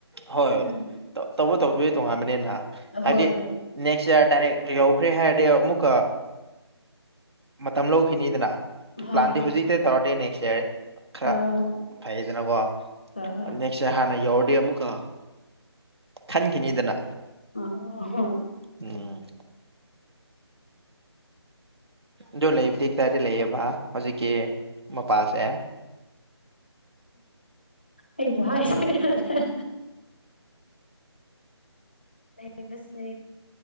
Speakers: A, on the right (about 65°); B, on the left (about 20°).
A: ꯍꯣꯏ
B: ꯎꯝ
A: ꯇꯧꯕ ꯇꯧꯗꯕꯗꯤ ꯇꯣꯉꯥꯟꯕꯅꯤꯅ
B: ꯍꯣꯏ
A: ꯍꯥꯏꯗꯤ
B: ꯍꯣꯏ
A: ꯅꯦꯛꯁ ꯏꯌꯔ ꯗꯥꯏꯔꯦꯛ ꯌꯧꯈ꯭ꯔꯦ ꯍꯥꯏꯔꯗꯤ ꯑꯃꯨꯛꯀ ꯃꯇꯝ ꯂꯧ ꯈꯤꯅꯤꯗꯅ
B: ꯎꯝ ꯍꯣꯏ
A: ꯄ꯭ꯂꯥꯟꯗꯤ ꯍꯧꯖꯤꯛꯇꯩ ꯇꯧꯔꯗꯤ ꯅꯦꯛꯁ ꯏꯌꯥꯔ
B: ꯍꯣꯏ
A: ꯈꯔ
B: ꯍꯣꯏ ꯍꯣꯏ
A: ꯐꯩꯑꯦꯗꯅ ꯀꯣ
B: ꯍꯣꯏ ꯍꯣꯏ
A: ꯅꯦꯛꯁ ꯏꯌꯔ ꯍꯥꯟꯅ ꯌꯧꯔꯗꯤ ꯑꯃꯨꯛꯀ ꯈꯟꯈꯤꯅꯤꯗꯅ
B: ꯑꯣ ꯍꯣꯏ
A: ꯎꯝ ꯑꯗꯣ ꯂꯩꯕꯗꯤ ꯀꯗꯥꯏꯗ ꯂꯩꯌꯦꯕ ꯍꯧꯖꯤꯛꯀꯤ ꯃꯄꯥꯁꯦ
B: ꯑꯩꯕꯨ ꯍꯥꯏꯁꯤꯔꯅꯦ ꯂꯩꯕꯁꯦ